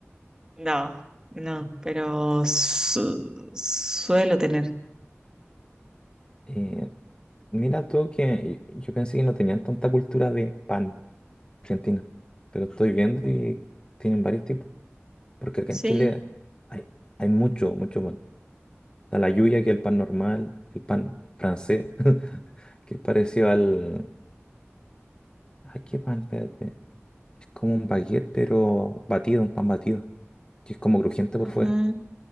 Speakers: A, on the right; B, on the left.
A: No, no, pero su- suelo tener.
B: Eh, mira tú que yo pensé que no tenían tanta cultura de pan argentina, pero estoy viendo y tienen varios tipos, porque acá
A: Sí.
B: en Chile hay, hay mucho, mucho pan. Está la lluvia, que es el pan normal, el pan francés, <laughs> que es parecido al... ¿A qué pan? Espérate. Es como un baguette, pero batido, un pan batido, que es como crujiente
A: ujú.
B: por fuera.